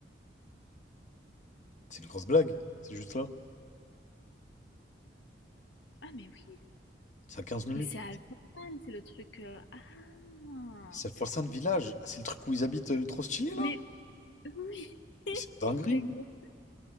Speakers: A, on the left; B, on the left.
A: C'est une grosse blague. C'est juste là.
B: ah mais oui,
A: C'est à 15 minutes.
B: mais c'est à Jordan, c'est le truc, heu ah!
A: C'est le Forsan Village. Ah, c'est le truc où ils habitent euh, le trop stylé, là?
B: Mais oui, <laughs>
A: Mais c'est une dinguerie.
B: exact.